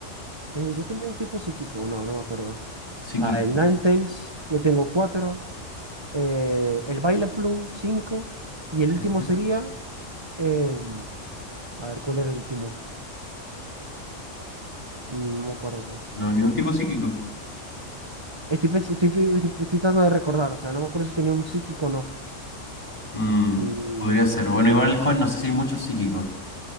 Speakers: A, on the right; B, on the left.
A: Te- Yo tenía un tipo psíquico, no, no me acuerdo.
B: Psíquico.
A: Ah, el Ninetales, ya tengo cuatro. eh, el Baile Plum 5 y el
B: Sí,
A: último
B: sí. sí.
A: sería, em, a ver, ¿cuál era el último? Mm, No me acuerdo.
B: No, ni un tipo psíquico.
A: Estoy, pens- estoy, pi- estoy- estoy tratando de recordar, o sea, no me acuerdo si tenía un psíquico o no.
B: Mm,
A: Mm,
B: podría ser. Bueno, igual el joven, no sé si hay muchos psíquicos.